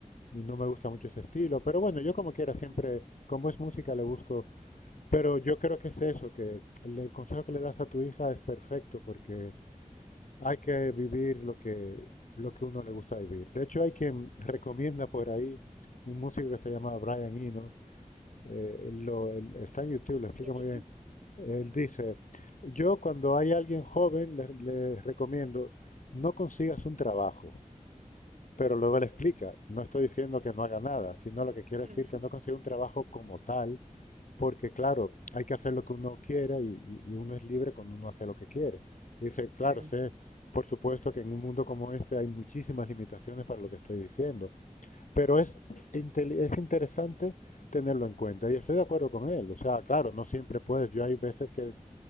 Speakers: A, on the left; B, on the right.
A: y no me gusta mucho ese estilo, pero bueno, yo como quiera
B: Ujú.
A: siempre, como es música, le busco, pero yo creo que es eso, que el, el consejo que le das a tu hija es perfecto porque hay que vivir lo que, lo que uno le gusta vivir. De hecho, hay quien recomienda por ahí un músico que se llama Brian Eno, eh, lo- él está en YouTube, lo explica
B: ¿Qué dice?
A: muy bien. Él dice, yo cuando hay alguien joven, le le recomiendo, no consigas un trabajo. Pero luego le explica, no estoy diciendo que no haga nada, sino lo que quiero
B: ujú.
A: decir que no consigue un trabajo como tal, porque claro, hay que hacer lo que uno quiera y, y- y uno es libre cuando uno hace lo que quiere. Y dice, claro,
B: Claro.
A: sé, por supuesto que en un mundo como este hay muchísimas limitaciones para lo que estoy diciendo, pero es, inteli- es interesante tenerlo en cuenta y estoy de acuerdo con él. O sea, claro, no siempre puedes. Yo hay veces que, eh,